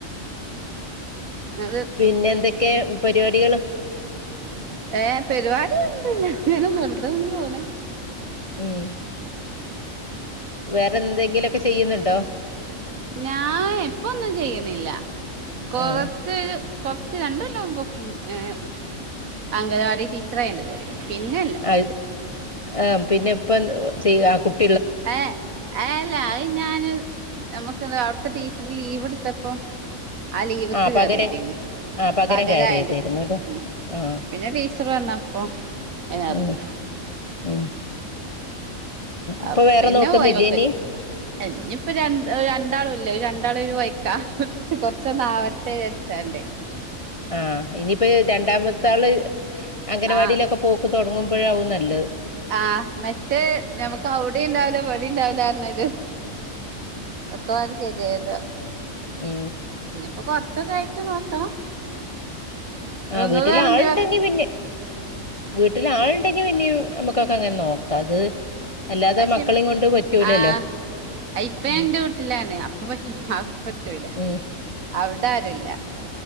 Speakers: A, on the right (about 85°); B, on the left (about 35°).
A: അത്
B: പിന്നെ എന്തൊക്കെ പരിപാടികള്
A: ഏർ പരിപാടി ഉണ്ടല്ല ന വറുതന്ന് പോണ
B: ഉം വേറെ എന്തെങ്കിലുമൊക്കെ ചെയ്യുന്നുണ്ടോ
A: ഞാൻ എപ്പ ഒന്നും ചെയ്യണില്ല കൊറച്ചരു
B: ആഹ്
A: കൊറച്ച് രണ്ടെല്ലാം പോക്കഏ അംഗനവാടി ടീച്ചറായിണ്ട് പിന്നെല്ല
B: ആ ആ പിന്നെ ഇപ്പം ചെയ്യ ആ കുട്ട
A: ഏ അല്ല അത് ഞാന് നമ്മുക്ക് ഇ ടീച്ചർ ലീവ് എടുത്തപ്പോ ആ ലീവ്ക്ക്
B: ആഹ് പകരം
A: കേയറിയതദേനി
B: ആഹ് പകരം
A: പകരായന്റെ
B: കയറിയതായിരുന്നുല്ലേ
A: ഉ
B: ആഹ്
A: പിന്നെ ടീച്ചർ വന്നപ്പോ എനാതല്ല
B: ഉം
A: <unintelligible>
B: ഉം
A: ആ
B: ഇപ്പൊ വേറെ
A: പിന്നെ
B: നോക്കുന്നില്ലേ
A: പോയ്മക്ക്
B: ഇനി
A: ഇനിപ്പോ ര രണ്ടാൾ ല്ല രണ്ടാൾ ഒരു വയ്ക്ക കൊറച്ചൊന്ന് ആാവട്ടെ വരിച്ചന്റെ
B: ആഹ ഇനിയിപ്പ രണ്ടാമത്ത ആള് അംഗനവാടിയിലൊക്കെ
A: ആഹ്
B: പോക്ക് തുടങ്ങുമ്പോഴാവും നല്ലത്
A: ആഹ് മറ്റേ നമുക്ക് അവിടെ ഉണ്ടാവലോ പടി ഉണ്ടാവലോ പക്ക വ കേതിത <unintelligible>
B: ഏ
A: ഇപ്പൊ കൊറച്ചൊക്കെ ആായിട്ട് നോക്കണം
B: ആ
A: ഇങ്ങള്
B: വീട്ടില്
A: വേറെന്തേ
B: ആൾുണ്ടെങ്കി പിന്നെ വീട്ടില ആളുണ്ടെങ്കിൽ പിന്നിം നമ്മുക്കൊക്കെ അങ്ങനെ നോക്കാംത് അല്ലാതെ
A: അയ്ശെ
B: മക്കളും കൊണ്ട് പറ്റൂലല്ലോ
A: ആഹ് ഇപ്പ ഞാൻ
B: ഉം
A: ന്റെ വീട്ടിലാണ് അപ്പ പറ്റും അവിടെ പറ്റൂല
B: ഉം
A: അവിടെ ആരുല്ല